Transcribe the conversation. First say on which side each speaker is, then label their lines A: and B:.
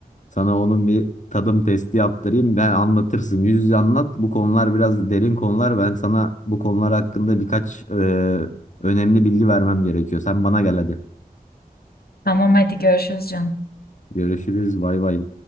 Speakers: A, on the left; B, on the left.
A: Sana onun bir tadım testi yaptırayım. Ben anlatırsın. Yüz yüze anlat. Bu konular biraz derin konular. Ben sana bu konular hakkında birkaç e, önemli bilgi vermem gerekiyor. Sen bana gel hadi.
B: Tamam hadi görüşürüz canım.
A: Görüşürüz. Bay bay.